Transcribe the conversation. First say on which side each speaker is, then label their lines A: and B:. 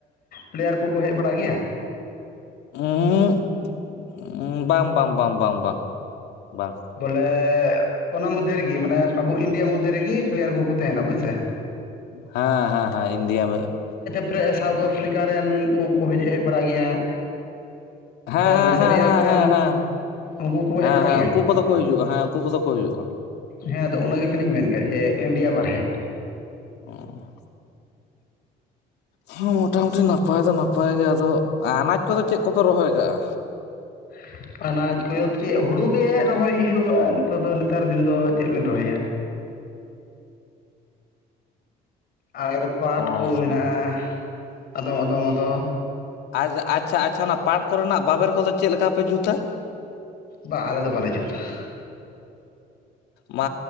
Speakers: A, on the left (about 60°); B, on the left (about 80°).
A: ᱯᱞᱮᱭᱟᱨ ᱠᱚᱠᱚ ᱦᱮᱡ ᱵᱟᱲᱟ ᱜᱮᱭᱟ?
B: ᱦᱩᱸ, ᱵᱟᱝ ᱵᱟᱝ ᱵᱟᱝ ᱵᱟᱝ ᱵᱟᱝ ᱵᱟᱝ,
A: ᱵᱚᱞᱮ ᱚᱱᱟ ᱢᱚᱫᱽᱫᱷᱮ ᱨᱮᱜᱮ ᱢᱟᱱᱮ ᱟᱵᱚ ᱤᱱᱰᱤᱭᱟ ᱢᱚᱫᱽᱫᱷᱮ ᱨᱮᱜᱮ ᱯᱞᱮᱭᱟᱨ ᱠᱚᱠᱚ ᱛᱟᱦᱮᱸᱱᱟ ᱵᱟᱝ ᱥᱮ?
B: ᱦᱮᱸ ᱦᱮᱸ ᱦᱮᱸ ᱤᱱᱰᱤᱭᱟ ᱢᱟ
A: ᱮᱯᱮ ᱥᱟᱣᱩᱛᱷ ᱟᱯᱷᱨᱤᱠᱟ ᱨᱮᱱ ᱠᱚᱠᱚ ᱦᱮᱡ ᱵᱟᱲᱟᱜ ᱜᱮᱭᱟ᱾
B: ᱦᱮᱸ
A: ᱱᱟᱡᱟᱨᱤᱭᱟᱹ
B: ᱦᱮᱸ ᱦᱮᱸ
A: ᱠᱚᱨᱮᱱ
B: ᱦᱮᱸ
A: ᱩᱱᱠᱩ ᱠᱚᱠᱚ ᱦᱮᱡ
B: ᱦᱮᱸ
A: ᱵᱟᱲᱟ
B: ᱦᱮᱸ
A: ᱜᱮᱭᱟ?
B: ᱩᱱᱠᱩ ᱠᱚᱫᱚ ᱠᱚ ᱦᱤᱡᱩᱜᱼᱟ, ᱦᱮᱸ ᱩᱱᱠᱩ ᱠᱚᱫᱚ ᱠᱚ ᱦᱩᱭᱩᱜᱼᱟ᱾
A: ᱦᱮᱸ ᱟᱫᱚ ᱚᱱᱟ ᱜᱮᱛᱚ ᱞᱤᱧ ᱢᱮᱱ ᱠᱮᱫᱼᱟ ᱡᱮ ᱤᱱᱰᱤᱭᱟ ᱵᱟᱨᱦᱮ
B: ᱦᱮᱸ ᱦᱮᱸ ᱢᱚᱴᱟᱼᱢᱩᱴᱤ ᱱᱟᱯᱟᱭ ᱫᱚ ᱱᱟᱯᱟᱭ ᱜᱮ᱾ ᱟᱫᱚ ᱟᱱᱟᱡᱽ ᱠᱚᱫᱚ ᱪᱮᱫ ᱠᱚᱯᱮ ᱨᱚᱦᱚᱭ ᱠᱟᱜᱼᱟ?
A: <inaudible> ᱟᱱᱟᱡᱽ ᱠᱚᱫᱚ ᱪᱮᱫ ᱦᱩᱲᱩ ᱜᱮ ᱨᱚᱦᱚᱭ ᱦᱩᱭᱩᱜᱼᱟ᱾ ᱱᱤᱛᱚᱜ ᱫᱚ ᱱᱮᱛᱟᱨ ᱫᱤᱱ ᱫᱚ ᱪᱮᱫ ᱵᱮᱱ ᱨᱚᱦᱚᱭᱟ? ᱟᱞᱮ ᱫᱚ ᱯᱟᱴ
B: ᱚ
A: ᱠᱚ ᱢᱮᱱᱟᱜᱼᱟ, ᱟᱫᱚᱢ ᱟᱫᱚᱢ ᱟᱫᱚ
B: ᱟᱪᱪᱷᱟ ᱟᱪᱪᱷᱟ ᱟᱪᱪᱷᱟ, ᱚᱱᱟ ᱯᱟᱴ ᱠᱚᱨᱮᱱᱟᱜ ᱵᱟᱵᱮᱨ ᱠᱚᱫᱚ ᱪᱮᱫ ᱞᱮᱠᱟ ᱯᱮ ᱡᱩᱛᱟ?
A: ᱵᱟ ᱟᱞᱮ ᱫᱚ ᱵᱟᱞᱮ ᱡᱩᱛᱟ ᱾
B: ᱢᱟ